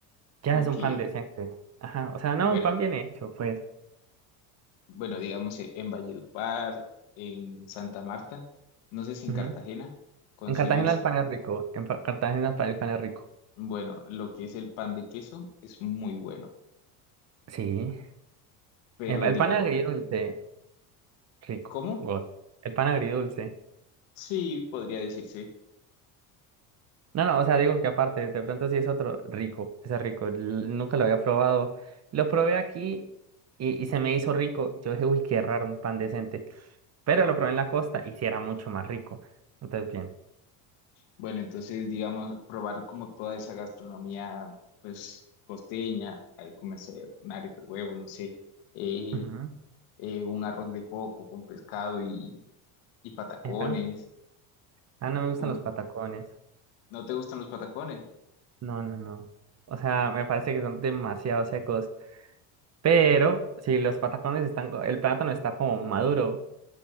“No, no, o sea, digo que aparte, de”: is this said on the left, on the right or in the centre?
Right